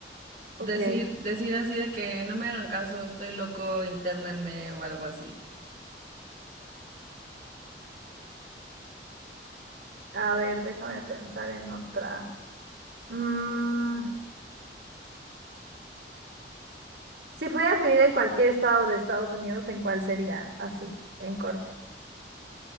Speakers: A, on the right; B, on the right.
A: Ok,
B: Decir, decir así de que no me hagan caso, estoy loco, internenme o algo así.
A: a ver, déjame pensar en otra. Mm, si pudieras vivir en cualquier estado de Estados Unidos, ¿en cuál sería? Así, en corto.